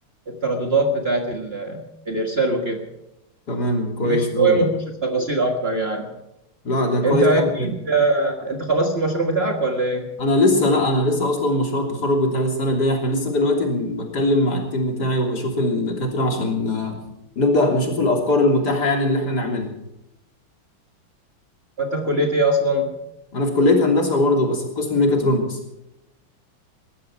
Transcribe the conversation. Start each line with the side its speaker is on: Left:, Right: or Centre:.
Right: الترددات بتاعة ال- الإرسال وكده
Left: تمام كويس
Right: مش
Left: قوي
Right: مهم نخش في تفاصيل أكتر يعني
Left: لا ده كويس
Right: أنت أكيد
Left: قوي
Right: آه، أنت خلصت المشروع بتاعك ولا إيه؟
Left: انا لسه لا انا لسه اصلا مشروع التخرج بتاعي السنه الجايه احنا لسه دلوقتي ب- بتكلم مع التيم بتاعي وبشوف الدكاتره عشان آه، نبدا نشوف الافكار المتاحه يعني اللي احنا نعملها
Right: وأنت في كلية إيه أصلا؟
Left: انا في كليه هندسه برضه بس في قسم ميكاترونكس